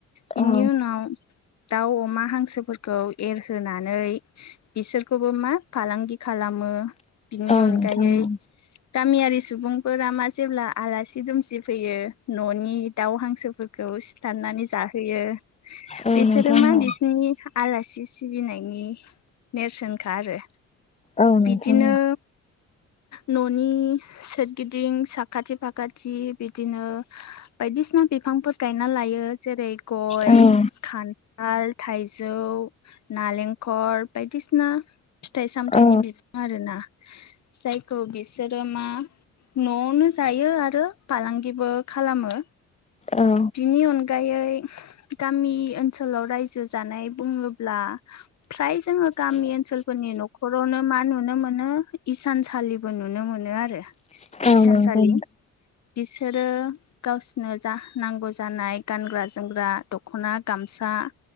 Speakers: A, on the left; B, on the left.
A: बिनि
B: औ
A: उनाव दाउ अमा हांसोफोरखौ एरहोनानै बिसोरखौबो मा फालांगि खालामो बिनि
B: औ
A: अनगायै
B: नोंथां औ
A: गामियारि सुबुंफोरा मा जेब्ला आलासि दुमसि फैयो न'नि दाउ हांसोफोरखौ सिथारनानै जाहोयो
B: औ
A: बिसोरो
B: नोंथां
A: मा
B: औ
A: बिसिनि आलासि सिबिनायनि नेरसोनखा आरो
B: औ नोंथां
A: बिदिनो न' नि सोरगिदिं साखाथि फाखाथि बिदिनो बायदिसिना बिफांफोर गायना ला यो जेरै गय
B: औ
A: खान थाल थाइजौ नालेंखर बायदिसिना। फिथाइ सामथाइनि
B: औ
A: बिफां आरोना जायखौ बिसोरो मा? न'आवनो जायो आरो फालांगिबो खालामो।
B: औ
A: बिनि अन अनगायै गामि ओनसोलाव रायजो जानाय बुङोब्ला। फ्राय जोङो गामि ओनसोलफोरनि न'खरावनो मा नुनो नुनो मोनो इसानसालिबो नुनो मोनो आरो
B: औ
A: इसानसालि।
B: नंगौ नोंथां
A: बिसोरो गावसनो जा नांगौ जानाय गानग्रा जोमग्रा दख'ना गामसा आ